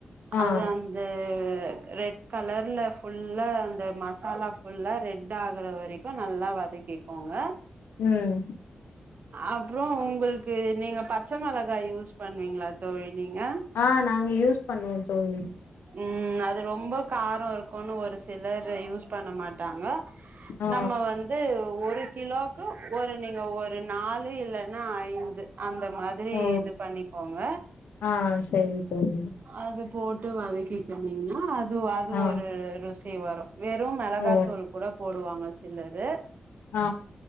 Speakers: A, on the left (about 85°); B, on the right (about 60°).
A: ஆ
B: அது அந்த ரெட் கலர்ல ஃபுல்லா அந்த மசாலா ஃபுல்லா ரெட் ஆகுற வரைக்கு நல்லா வதக்கிக்கோங்க
A: ம்
B: அப்புறம் உங்களுக்கு நீங்க பச்ச மிளகாய் யூஸ் பண்ணுவீங்களா தோழி நீங்க
A: ஆ நாங்க யூஸ் பண்ணுவோம் தோழி
B: உம் அது ரொம்ப காரம் இருக்கும்னு ஒரு சிலர் யூஸ் பண்ண மாட்டாங்க
A: ஆ
B: நம்ம வந்து ஒரு கிலோ கு ஒரு நீங்க ஒ ரு நாலு இல்லன்னா ஐந்து அந்த மாதிரி
A: ஓ
B: இது பண்ணிக்கோங்க
A: ஆ சேரி தோழி
B: அது போட் அதுக்கே கம்மினா அது அது
A: ஆ
B: ஒரு ருசி வரு வெறும் மெளகாத்தூள்
A: ஓ
B: கூட போடுவாங்க சிலரு
A: ஆ